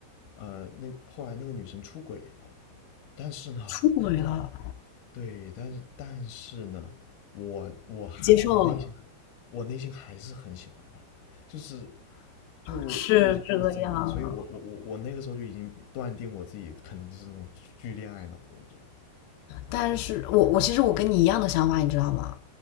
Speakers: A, on the left (about 60°); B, on the left (about 85°).
A: 呃，那后来那个女生出轨了，但是呢，
B: 出轨了，
A: 对，但是但是呢，我我还我内心
B: 接受了。
A: 我内心还是很喜欢她，就是就就是就是这样，
B: 是这样，
A: 所以我我我我那个时候就已经断定我自己肯定就是那种巨巨恋爱脑的那种。
B: 但是我我其实我跟你一样的想法，你知道吗？